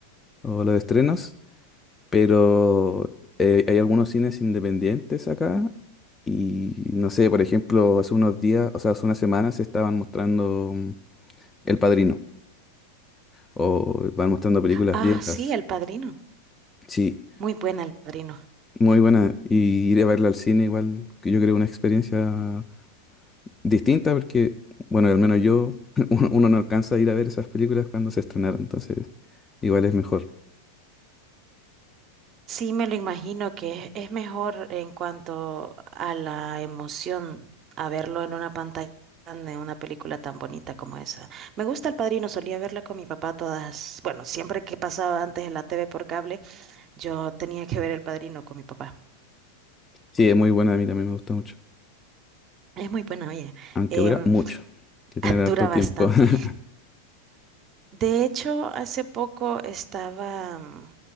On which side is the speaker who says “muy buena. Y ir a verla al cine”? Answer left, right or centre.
Left